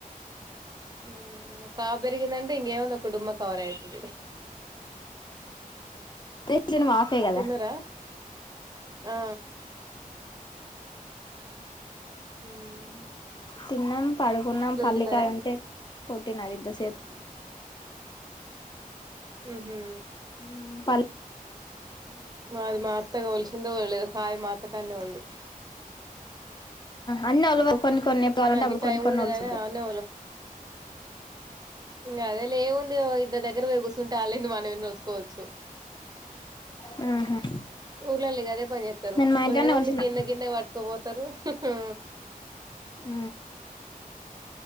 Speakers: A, on the right; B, on the left.
A: హు ఊ కా బెరిగిందంటే ఇంగేముంది ఒక డుమ్మ కవర్ అయితది
B: ది దినం హాఫే గదా
A: తిన్నరా ఆ ఊమ్
B: తిన్నాం పడుకున్నాం పల్లికాయ
A: తిన్నారా
B: ఉంటే కోట్టిన అది ఇంత సేపు
A: ఉహూ
B: ఊమ్ పల్
A: మాది మా అత్తగ ఒల్శిందో ఒలలేదో, కాయ మా అత్తకాన్నే ఉంది.
B: అన్ని ఒళవ కొన్ని కొన్ని ఎప్పుడు కావాలంటే
A: నాకు
B: అప్పుడు
A: ఈ
B: కొన్ని
A: టైం
B: కొన్ని
A: ఉండదని
B: ఒలసుంటాయి.
A: ఆన్నే ఇంగ అదేలే ఏముంది, ఓ ఇద్దర్ దగ్గర వొయ్ కూసుంటే వాళ్ళు ఇన్ని మనం ఇన్ని ఒలుసుకోవచ్చు.
B: ఒలుచుకుంటా
A: ఊర్లల్ల ఇగ అదే పని జేత్తరు,
B: నేను మా ఇంట్లోనే
A: ఏముంది
B: ఒలిచిన
A: గిన్నె గిన్నె వట్కవో. తరు హుహూ
B: ఊ